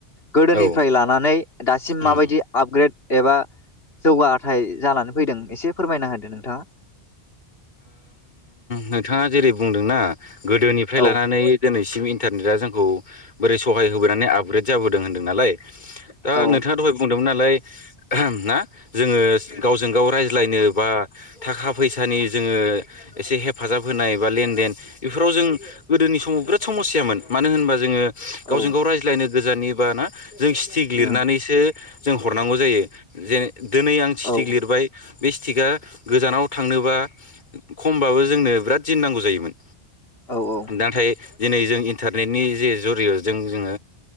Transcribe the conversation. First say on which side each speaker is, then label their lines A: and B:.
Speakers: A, on the left; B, on the left.
A: गोदोनिफ्राय
B: औ
A: लानानै दासिम
B: उम
A: माबायदि आपग्रेड एबा जौगाथाय जानानै फैदों एसे फोरमायना होदो नोंथाङा
B: नोंथाङा जेरै बुंदोंना गोदोनिफ्राय
A: औ
B: लानानै दिनैसिम इन्टारनेटआ जोंखौ बोरै सहाय होबोनानै आपग्रेड जाबोदों होनदों नालाय दा
A: औ
B: नोंथाङा दहाय बुंदोंमोन आरो <unintelligible> जोङो गावजों- गाव रायज्लायनो बा थाखा फैसानि जोङो एसे हेफाजाब होनाय बा लेनदेन बेफोराव जों गोदोनि समाव बिराद समस्यामोन मानो होनबा जोङो गावजों
A: औ
B: -गाव रायज्लायनो गोजाननि बा ना जों सिथिक लिरनानैसो
A: उम
B: जों हरनांगौ जायो जेन दिनै आं चिटिक
A: औ
B: लिरबाय बे सिथिकआ गोजानाव थांनोबा खमबाबो जोंनो बिराद दिन नांगौ जायोमोन।
A: औ औ
B: नाथाय दिनै जों इन्टारनेटनि जे जरिय'जों जोङो